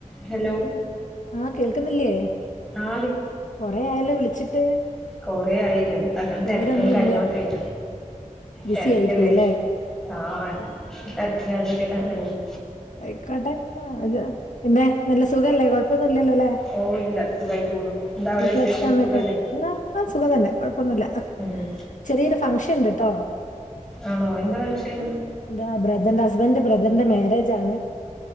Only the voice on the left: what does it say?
ആഹ് കേൾക്കുന്നില്ലേ
കൊറെ ആയല്ലോ വിളിച്ചിട്ട്
വിവരൊന്നുല്ല
ബിസി
ആയിപ്പോയിലെ.
ആയിക്കോട്ടെ. പിന്നെ നല്ല സുഖല്ലേ കൊഴപ്പൊന്നുംല്ല ല്ലോല്ലേ.
വീട്ടില്
അച്ഛനും അമ്മയൊക്കെ.
ആ സുഖം തന്നെ കൊഴപ്പൊന്നുല്ല.
ചെറിയൊരു ഫംഗ്ഷൻ ഉണ്ട്ട്ടോ.
എന്താ ബ്രദറിന്റെ ഹസ്ബന്റിന്റെ ബ്രദറിന്റെ മാരേജ് ആണ്.